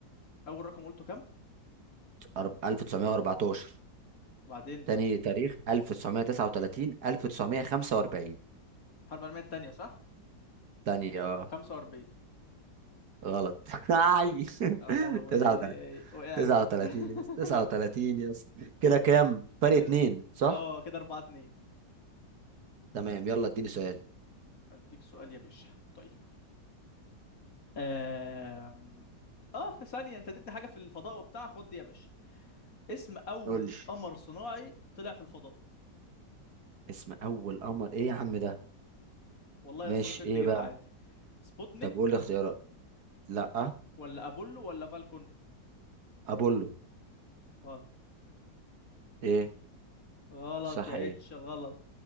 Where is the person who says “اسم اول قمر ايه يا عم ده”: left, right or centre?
Right